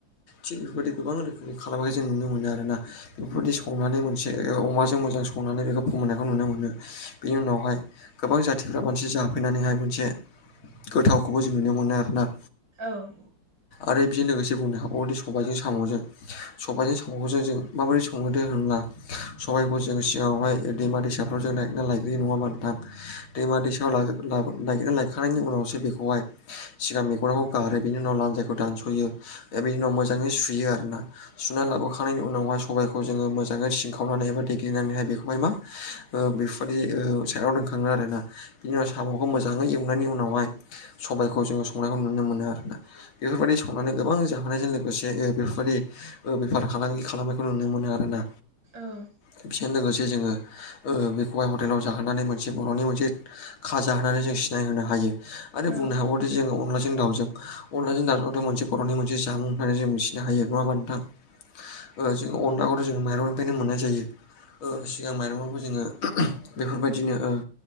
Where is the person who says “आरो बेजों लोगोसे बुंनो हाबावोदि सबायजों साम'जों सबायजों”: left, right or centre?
Left